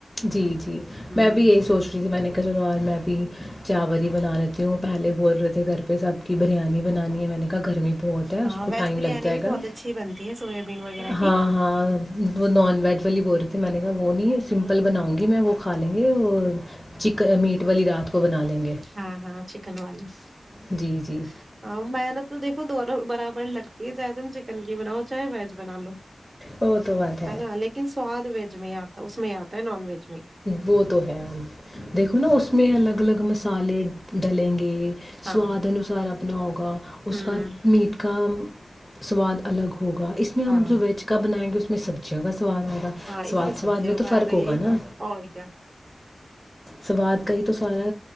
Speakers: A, in the centre; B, on the right (about 40°).
A: جی جی
B: ہوں
A: میں بھی یہی سوچ رہی تھی میں نے کہ چلو اورار میں بھی <unintelligible> چاول ہی بنا لییتی ہوں پہلے بول رہے تھے گھر پہ سب کی بریانی بنانی ہے میں نے <unintelligible> گرمی بہت ہے اس
B: ہاں ویج
A: ٹم
B: بریانی
A: ل جائے
B: بھی
A: گ
B: بہت اچھی بنتی ہے سویابین وغیرہ
A: ہاں
B: کی
A: ہاں وہ ن ویج والی بول رہے تھے میں نے کہا وہ نہیں <unintelligible> چاول بناؤں گی میں وہ کھا لیں گے وہ چکن میٹ والی رات کو بنا لیں گے <unintelligible>
B: ہاں ہاں چھیک <unintelligible> رکن والی <unintelligible>
A: جی جی
B: ہاں محنت تو دیک <unintelligible> دونوں برابر لگتی ہے چاہے تم چکن کی بناؤ چاہے ویج بنا لو <unintelligible>
A: وہ تو بات
B: ہے نا لیکن سواد و <unintelligible> میں آتا اس میں آتا ہے نان ویج <unintelligible>
A: وہ تو ہے دیکھو نا اس میں الگ الگ م مسالے ڈلیں گے
B: ہاں
A: سواد انوسار نو ہوگا اس
B: ہوں
A: کا میٹ کا سواد الگ ہو ہوگا اس میں ہم
B: ہاں
A: جو ویج کا بنائیں گے اس میں سب جگہ سواد ہوا
B: ہاں
A: سواد
B: اس سبزی
A: سواد میں
B: اگائے
A: تو فرق
B: گا یہی
A: ہوگا نا
B: تو اور کیا
A: سواد کئی تو سارا